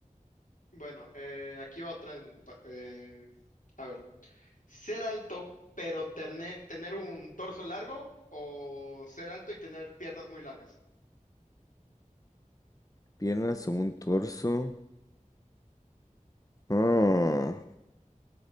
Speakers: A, on the left; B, on the left.
A: Bueno, eh, aquí va otra en pa- eh, a ver, ser alto pero terne- tener un torso largo o ser alto y tener piernas muy largas.
B: Piernas o un torso. Oh,